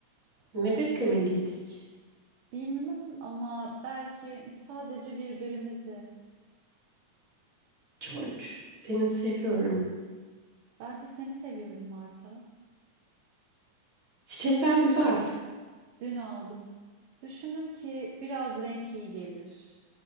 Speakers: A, on the right; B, on the right.
A: Ne beklemeliydik?
B: Bilmem ama belki sadece birbirimizi.
A: George, seni seviyorum.
B: Ben de seni seviyorum Marta.
A: Çiçekler güzel.
B: Dün aldım. Düşündüm ki biraz renk iyi gelir.